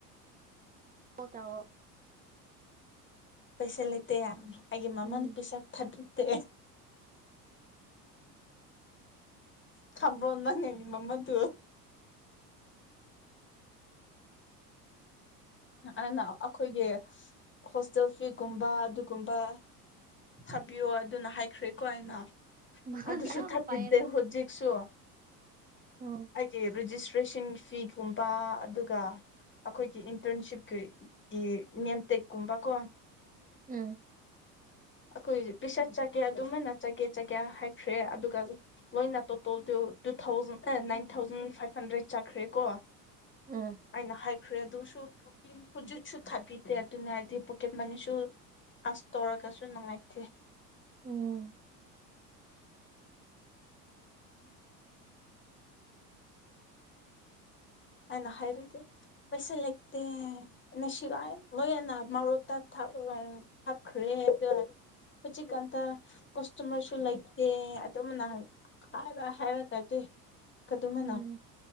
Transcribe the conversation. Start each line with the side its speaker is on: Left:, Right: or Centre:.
Right: ꯄ ꯇꯑꯣꯣ
Left: ꯄꯩꯁꯥ ꯂꯩ ꯂꯩꯇꯦꯌꯥ ꯍꯥꯏꯦ ꯃꯃꯅ
Right: ꯎꯝ
Left: ꯄꯩꯁꯥ ꯊꯗꯇꯦ ꯈꯝꯕꯔꯣ ꯅꯅꯤ ꯃꯃ ꯇꯨ ꯑꯩꯅ ꯑꯩꯈꯣꯏꯒꯤ ꯍꯣꯁꯇꯦꯜ ꯐꯤꯒꯨꯝꯕ ꯨꯝꯕ ꯊꯥꯕꯤꯌꯣ ꯑꯗꯨꯅ ꯍꯥꯏꯈ꯭ꯔꯦꯀꯣ ꯑꯩꯅ
Right: ꯃꯥꯟ
Left: ꯑꯗꯨꯁꯨ
Right: ꯌꯥꯝ
Left: ꯊꯥꯕꯤꯗꯦ
Right: ꯄꯥꯏꯌꯦꯅ
Left: ꯍꯧꯖꯤꯛꯁꯨ
Right: ꯎꯝ
Left: ꯑꯩꯒꯤ ꯔꯦꯖꯤꯁꯇ꯭ꯔꯦꯁꯟ ꯐꯤꯒꯨꯝꯕ ꯑꯗꯨꯒ ꯑꯩꯈꯣꯏꯒꯤ ꯏꯟꯇꯔꯟꯁꯤꯞꯀꯤ ꯅꯦꯝꯇꯦꯛꯀꯨꯝꯕ ꯀꯣ
Right: ꯎꯝ
Left: ꯑꯩꯈꯣꯏ ꯄꯤꯁꯠ ꯆꯀꯦ ꯑꯗꯨꯃꯥꯏꯅ ꯆꯀꯦ ꯆꯀꯦ ꯍꯥꯏꯈ꯭ꯔꯦ ꯑꯗꯨꯒ ꯂꯣꯏꯅ ꯇꯣꯇꯣꯜꯗꯨ ꯇꯨ ꯊꯥꯎꯖꯟ ꯑꯦ ꯅꯥꯏꯟ ꯊꯥꯎꯖꯟ ꯐꯥꯏꯚ ꯍꯟꯗ꯭ꯔꯦꯠ ꯆꯠꯈ꯭ꯔꯦ ꯀꯣ
Right: ꯎꯝ
Left: ꯑꯩꯅ ꯍꯥꯏꯈ꯭ꯔꯦ ꯑꯗꯨꯁꯨ ꯍꯧꯖꯤꯛꯁꯨ ꯊꯥꯕꯤꯗꯦ ꯑꯗꯨꯅ ꯍꯥꯏꯗꯤ ꯄꯣꯀꯦꯠ ꯃꯅꯤꯁꯨ ꯑꯥꯁ ꯇꯧꯔꯒꯁꯨ ꯅꯨꯡꯉꯥꯏꯇꯦ
Right: ꯎꯝ
Left: ꯑꯅ ꯍꯥꯏꯩꯔꯗꯤ ꯄꯩꯁꯥ ꯂꯩꯇ ꯅ ꯁꯤꯋꯥꯥꯏꯅ ꯃꯔꯨ ꯇ ꯊ ꯎ ꯊꯞꯈ꯭ꯔꯦ ꯈꯨꯖꯤꯛꯇ ꯀꯁꯇꯃꯔꯁꯨ ꯂꯩꯇꯦ ꯑꯗꯨꯝ ꯅꯍꯥꯟ ꯍꯥꯏꯔ ꯍꯥꯏꯔꯒꯗꯦ ꯀꯃꯥꯏꯅ
Right: ꯎꯝ